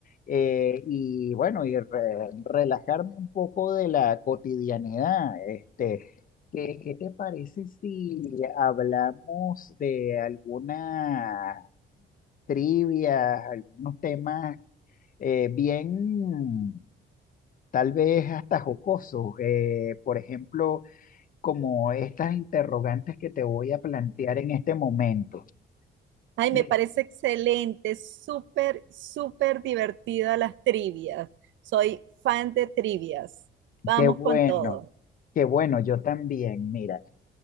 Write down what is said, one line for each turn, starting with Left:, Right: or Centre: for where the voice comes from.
Left: eh, y bueno, y re- relajarme un poco de la cotidianidad. Este, ¿qué, qué te parece si hablamos de alguna trivia, algunos temas eh, bien... tal vez hasta jocoso. eh, por ejemplo, como estas interrogantes que te voy a plantear en este momento.
Right: Ay,
Left: Mira,
Right: me parece excelente, súper, súper divertida las trivias. Soy fan de trivias. Vamos
Left: qué bueno,
Right: con todo.
Left: qué bueno, yo también. Mira,